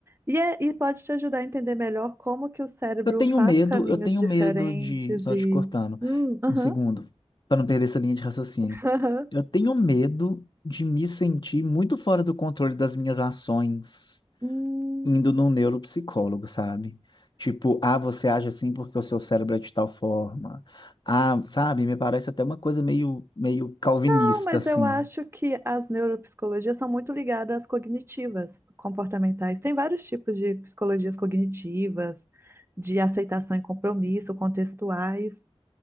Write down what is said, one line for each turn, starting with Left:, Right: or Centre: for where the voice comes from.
Right: E, é- e pode te ajudar a entender melhor como que o cérebro
Left: Eu tenho
Right: faz
Left: medo,
Right: caminhos
Left: eu tenho
Right: diferentes
Left: medo de. Só
Right: e...
Left: te cortando,
Right: Hum, aham,
Left: um segundo, para não perder essa linha de raciocínio.
Right: <laughs> aham.
Left: Eu tenho medo de me sentir muito fora do controle das minhas ações.
Right: Hum,
Left: indo num neuropsicólogo, sabe? Tipo, ah, você age assim porque o seu cérebro é de tal forma. Ah, sabe? Me parece até uma coisa meio, meio calvinista,
Right: não, mas
Left: assim.
Right: eu acho que as neuropsicologias são muito ligadas às cognitivas, comportamentais. Tem vários tipos de psicologias cognitivas, de aceitação e compromisso, contextuais,